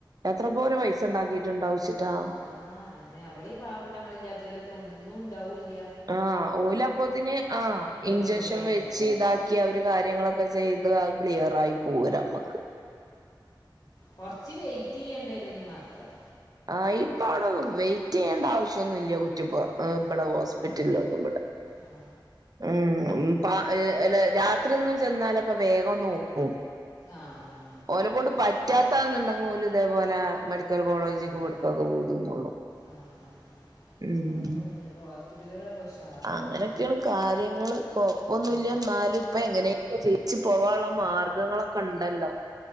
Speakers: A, on the right (about 50°); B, on the left (about 45°).
A: എത്ര പോരെ പൈസ ണ്ടാക്കീറ്റ്ണ്ടാവുംച്ചിട്ടാ
B: ആഹ് അതന്നെ. നമ്മളീ പാവപ്പെട്ട നമ്മള് ഇല്ല്യതോലെട്ത്ത് ഒന്നും ഉണ്ടാവൂല്യ
A: ആഹ് ഓലപ്പോത്തിന് ആഹ് ഇഞ്ചഷൻ
B: കൊണ്ടൊടുക്കാനേ
A: വെച്ച്
B: ഉണ്ടാവുള്ളൂ.
A: ഇതാക് കി അവര് കാര്യങ്ങളൊക്കെ ചെയ്ത് അത് ക്ലിയറായി പോരമ്മക്ക്
B: കൊർച്ച് വൈറ്റെയ്യേണ്ടെരുംന്ന് മാത്രം
A: ആഹ് ഇപ്പൊ അവ്ടെ വെയിറ്റെയ്യേണ്ട ആവശ്യംന്നുംല്ല. കുറ്റിപൊറ
B: ആ
A: ഇബടെ ഹോസ്പിറ്റൽലൊന്നും
B: ആ
A: ഇബടെ
B: ആ
A: ഉം ഉം. പ അല്ല രാത്രി ഒന്നും ചെന്നാലൊക്കെ വേഗംന്നോക്കും
B: ആഹ് ആഹ്
A: ഓലെക്കൊണ്ട് പറ്റാത്താന്ന്ണ്ടെങ്ങെ ഓല് ഇതേപോലെ മെഡി ഡിക്കൽ കോളേജ്ക്കും
B: ഉം.
A: വട്ക്കൊക്കെ വിടുന്നൊള്ളു
B: ആ ആ
A: ഉം
B: കുഴപ്പമൊന്നുമില്ല ഇപ്പോൾ ഹോസ്പിറ്റലുകളൊക്കെ ഉഷാറാണ്
A: അങ്ങനൊക്കേണ് കാര്യങ്ങള് കൊഴപ്പൊന്നുല്യ
B: ഉം.
A: ന്നാലും പ്പ എങ്ങനേലൊക്കേ ജീവിച്ചു പോവാള്ള മാർഗങ്ങളൊക്കെണ്ടല്ലോ